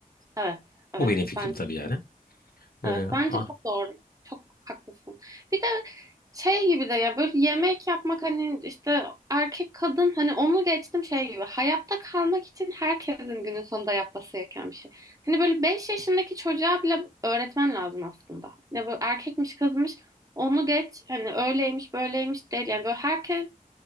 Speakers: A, on the right; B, on the left.
A: Evet, evet.
B: Bu benim fikrim
A: Ben
B: tabii yani. Ee,
A: Evet bence
B: ah.
A: çok doğru. Çok haklısın. Bir de şey gibi de ya böyle yemek yapmak hani işte erkek kadın hani onu geçtim şey gibi. Hayatta kalmak için herkesin günün sonunda yapması gereken bir şey. Hani böyle 5 yaşındaki çocuğa bile öğretmen lazım aslında. Ya böyle erkekmiş kızmış onu geç hani öyleymiş böyleymiş değil. Yani böyle herkes